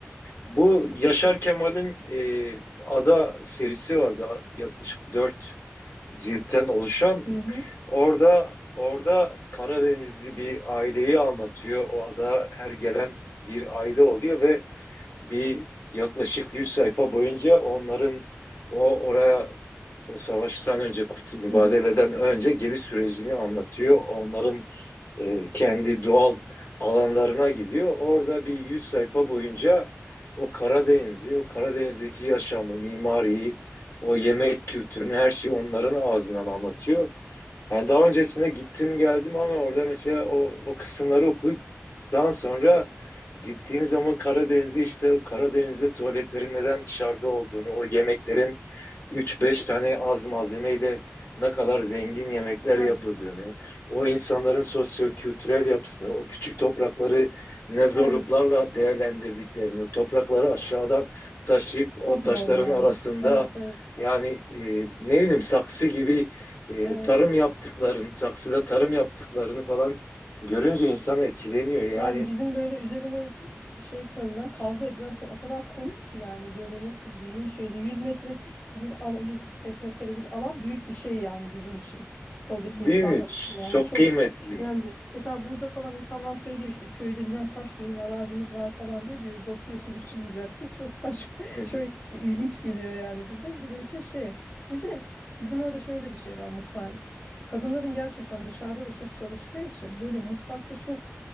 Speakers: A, on the left (about 60°); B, on the left (about 30°).
A: Bu Yaşar Kemal'in e, Ada serisi vardı a- yaklaşık dört ciltten oluşan.
B: Hı hı.
A: Orada orada Karadenizli bir aileyi anlatıyor. O ada her gelen bir aile oluyor ve bir yaklaşık 100 sayfa boyunca onların o oraya o savaştan önce kurt mübadeleden
B: Hı hı.
A: önce geliş sürecini anlatıyor. Onların e, kendi doğal alanlarına gidiyor. Orada bir 100 sayfa boyunca o Karadeniz'i, o Karadeniz'deki yaşamı, mimariyi, o yemek kültürünü her şeyi onların ağzından anlatıyor. Yani daha öncesine gittim geldim ama orada mesela o, o kısımları okuduktan sonra gittiğim zaman Karadeniz'e işte o Karadeniz'de tuvaletlerin neden dışarıda olduğunu, o yemeklerin üç beş tane az malzemeyle ne kadar zengin yemekler
B: Ya
A: yapıldığını, o insanların sosyo-kültürel yapısını, o küçük toprakları ne zorluklarla
B: evet.
A: değerlendirdiklerini, o toprakları aşağıdan taşıyıp
B: Çok
A: o taşların
B: zor yani.
A: arasında
B: Evet, evet.
A: yani e, ne bileyim saksı gibi e,
B: Evet.
A: tarım yaptıklarını, saksıda tarım yaptıklarını falan görünce insan etkileniyor. Yani
B: Yani bizim böyle üzerine şey kalınan kavga edilen to- o kadar komik ki yani böyle nasıl diyeyim şöyle 100 metre bir alan 100 metrekare bir alan büyük bir şey yani bizim için. Oradaki
A: değil
B: insanlar
A: mi?
B: için yani
A: Çok
B: çok
A: kıymetli.
B: önemli. Mesela burada falan insanlar söylüyor işte köyde bilmem kaç dönüm arazimiz var falan diye bir bakıyorsun uçsuz bucaksız çok saçma <laughs>
A: Hı hı.
B: çok ilginç geliyor yani bize. Bizim için şey bir de bizim orada şöyle de bir şey var mutfağın. Kadınların gerçekten dışarıda da çok çalıştığı için böyle mutfakta çok